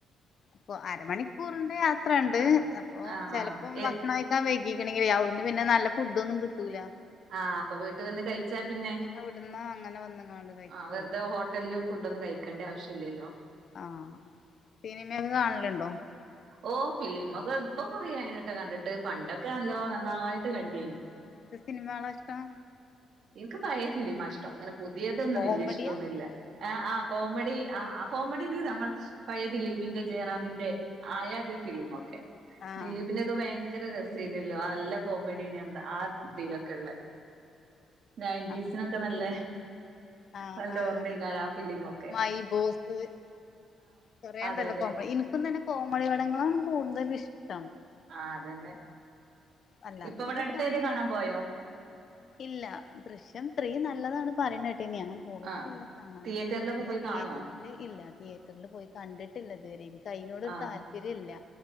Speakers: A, on the left (about 55°); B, on the right (about 65°).
A: അപ്പൊ അരമണിക്കൂറിന്റെ യാത്രണ്ട്
B: ആഹ്
A: അപ്പൊ
B: ആഹ്
A: ചിലപ്പം
B: ആഹ് എ
A: ഭക്ഷണം കയി ക്കാൻ വൈകീക്കണെങ്ക അവിടുന്ന് പിന്നെ നല്ല ഫുഡ് ഒന്നും കിട്ടൂല്ല
B: ആഹ് അപ്പൊ വീട്ടിൽ വന്ന് കഴിച്ചാ പിന്നെ
A: ഇവിടുന്ന് അങ്ങനെ വന്നങ്ങാണ്ട് കഴിച്ചു
B: ആഹ് വെറുതെ
A: പോകും
B: വല്ല്യ ഫുഡൊന്നും കഴിക്കേണ്ട ആവശ്യല്ലല്ലോ
A: ആഹ് സിനിമക്കെ കാണലുണ്ടോ
B: ഓ ഫിലിമക്കെ ഇപ്പൊ കൊറായായിട്ട് കണ്ടിട്ട് പണ്ടൊക്കെ നല്ലോ നന്നായിട്ട് കണ്ടേനി
A: സിനിമാള് ഇഷ്ടാ
B: ഇനിക്ക് പയേ ഫിലീമാ ഇഷ്ടം അങ്ങനെ പുതിയതൊന്നും
A: കോമഡിയാ
B: വല്ല്യ ഇഷ്ടൊന്നുല്ല ആ ആ കോമഡി ആ ആ കോമഡി രീതി നമ്മൾ പയെ ദിലീപിന്റെ ജയറാമിന്റെ ആയാതി ഫിലിമക്കെ
A: ആഹ്
B: ദിലീപിനൊക്കെ ഭയങ്കര രസേനല്ലോ ആ നല്ല കോമഡീന ആ ഇതിയിലൊക്കെള്ള നയന്റ്റീസിനൊക്കെ
A: ആഹ്
B: നല്ല
A: ആഹ്
B: നല്ല
A: ആഹ്
B: ഓർമ്മേക്കാര ആ ഫിലിമക്കെ
A: മൈ ബോസ് കൊറേണ്ടല്ലോ
B: അതെ അതെ
A: കോമ ഇനിക്കും തന്നെ കോമഡി പടങ്ങളാണ് കൂടുതലുഷ്ടം
B: ആ അതന്നെ
A: അല്ലാത്തതൊക്കെ
B: ഇപ്പ ഇവിടെ അടുത്ത്
A: കാണും
B: ഏത കാണാൻ പോയോ
A: ഇല്ല ദൃശ്യം ത്രീ നല്ലതാണ് പറയുന്ന കേട്ടീന് പോയിട്ടില്ല
B: ആഹ്
A: കാണാൻ
B: തിയേറ്ററിലൊക്കെ
A: പിന്ന
B: പോയി
A: തിയേറ്ററിില്
B: കാണോ
A: ഇല്ല തിയേറ്ററിൽ പോയി കണ്ടിട്ടില്ല ഇതുവരെ അയിനോട്
B: ആഹ്
A: താല്പര്യ ല്ല്യ